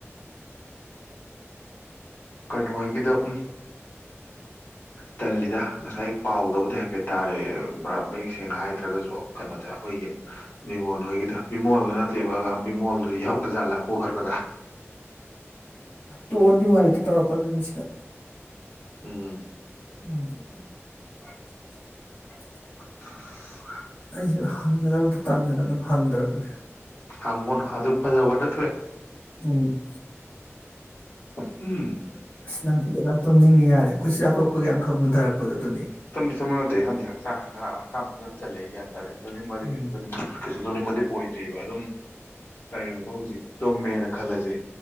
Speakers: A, on the left; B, on the left.
A: ꯀꯩꯅꯣ ꯍꯥꯏꯒꯤꯗ ꯎꯝ ꯇꯜꯂꯤꯗ ꯉꯁꯥꯏ ꯄꯥꯎꯗꯕꯗꯤ ꯍꯥꯏꯐꯦꯠ ꯇꯔꯦ ꯃꯌꯦꯛ ꯁꯦꯡꯅ ꯍꯥꯏꯗ꯭ꯔꯒꯁꯨ ꯀꯩꯅꯣ ꯇ ꯑꯩꯈꯣꯏꯒꯤ ꯕꯤꯃꯣꯜ ꯍꯣꯏꯒꯤꯗ ꯕꯤꯃꯣꯜꯗ ꯅꯠꯇꯦꯕ ꯕꯤꯃꯣꯜꯗꯨꯗꯤ ꯌꯥꯎꯗ ꯖꯥꯠꯂꯥ ꯄꯣꯈꯠꯄꯗ
B: ꯇꯣꯛꯑꯟꯗꯤ ꯋꯥꯔꯤꯗ ꯇꯧꯔꯛꯀꯅꯨ ꯁꯤꯗ
A: ꯎꯝ
B: ꯎꯝ <inaudible>
A: ꯑ
B: ꯑꯩ ꯍꯪ ꯃ ꯇꯥꯟꯗꯅ ꯑꯗꯨꯝ ꯍꯥꯡꯗ꯭ꯔꯕꯅꯦ
A: ꯑꯪꯒꯨꯣꯟ ꯑ ꯑꯗꯨꯛ ꯐꯕ ꯇꯔꯦ
B: ꯎꯝ
A: ꯎꯝ
B: ꯪ ꯀꯗ ꯍꯥꯝꯅꯤꯡꯉꯦ ꯌꯥꯔꯦ ꯑꯩꯈꯠ ꯆꯥꯊꯣꯛꯄꯒꯤ ꯑꯈꯛ ꯃꯨꯊꯛꯄ ꯄꯗꯨꯅꯤ
A: ꯇꯝꯗꯤ ꯆꯝꯦ ꯈꯗꯤ ꯍꯛꯥꯡ ꯍꯛꯝ ꯆꯂꯦ ꯑꯗꯣ ꯑ
B: ꯎꯝ
A: ꯀꯦ ꯁ ꯇꯣꯛꯅꯤꯡꯕꯗꯤ ꯑꯣꯏꯗ꯭ꯔꯤꯕ ꯑꯗꯨꯝ ꯀꯔꯤꯒꯨꯝꯕ ꯍꯧꯖꯤꯛ ꯇꯨꯝꯃꯦꯅ ꯈꯜꯂꯁꯦ